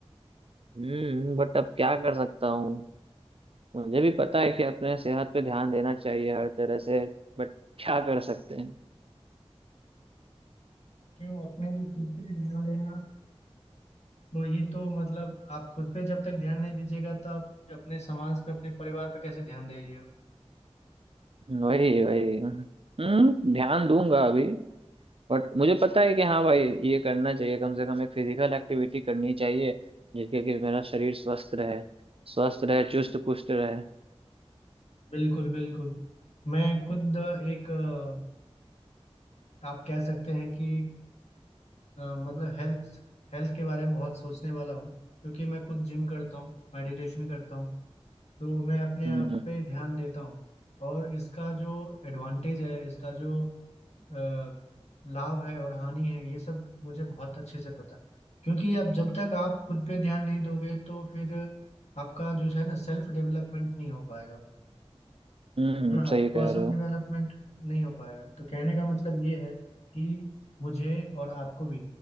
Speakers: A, on the right; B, on the left.
A: हम्म बट अब क्या कर सकता हूँ मुझे भी पता है कि अपने सेहत पे ध्यान देना चाहिए हर तरह से बट क्या कर सकते हैं
B: क्यों अपने लिए खुद पे ध्यान देना तो ही तो मतलब आप खुद पे जब तक ध्यान नहीं दीजिएगा तो आप अपने समाज पे अपने परिवार पे कैसे ध्यान देंगे
A: वही वही हम्म ध्यान दूंगा अभी बट मुझे पता है कि हाँ भाई ये करना चाहिए कम से कम एक फिजिकल एक्टिविटी करनी चाहिए जिससे कि मेरा शरीर स्वस्थ रहे स्वस्थ रहे चुस्त पुस्त रहे
B: बिल्कुल बिल्कुल मैं खुद एक अ, आप कह सकते हैं कि अ, मतलब हेल्थ हेल्थ के बारे में बहुत सोचने वाला हूँ क्योंकि मैं खुद जिम करता हूँ मेडिटेशन करता हूँ तो मैं अपने
A: हम्म
B: आप
A: हम्म।
B: पे ध्यान देता हूँ और इसका जो एडवांटेज है इसका जो अ, लाभ है और हानि है ये सब मुझे बहुत अच्छे से पता है। क्योंकि अब जब तक आप खुद पे ध्यान नहीं दोगे तो फिर आपका जो है ना सेल्फ डेवलपमेंट नहीं हो पाएगा
A: हम्म
B: है ना आपका
A: सही
B: पर्सनल
A: कह रहे हो
B: डेवलपमेंट नहीं हो पाएगा तो कहने का मतलब ये है कि मुझे और आपको भी